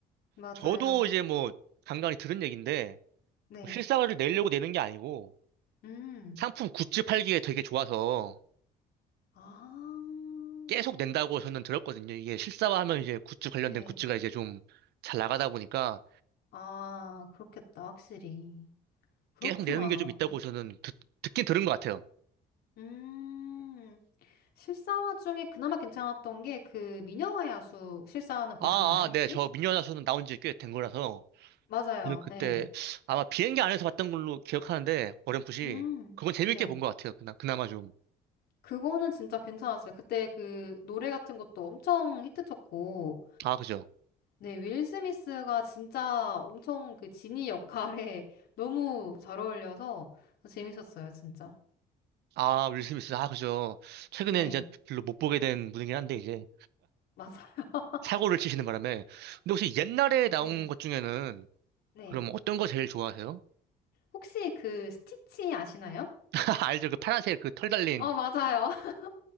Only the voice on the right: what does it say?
저도 이제 뭐 간간히 들은 얘기인데
뭐 실사화를 내려고 내는 게 아니고
상품 굿즈 팔기에 되게 좋아서
계속 낸다고 저는 들었거든요. 이게 실사화하면 이제 굿즈 관련된
굿즈가 이제 좀 잘 나가다 보니까
계속 내는 게 좀 있다고 저는 듣, 듣긴 들은 것 같아요.
아, 아,
네, 저 미녀나서는 나온 지 꽤 된 거라서
저는 그때
아마 비행기 안에서 봤던 걸로 기억하는데 어렴풋이
그건 재밌게
본 것 같아요. 그나, 그나마 좀.
아, 그죠.
아, 윌 스미스. 아, 그죠. 최근에는
이제 별로 못 보게 된 분이긴 한데, 이제,
사고를 치시는 바람에. 근데 혹시 옛날에 나온
것 중에는,
그럼 어떤 거 제일 좋아하세요?
<laughs> 알죠? 그 파란색 그 털 달린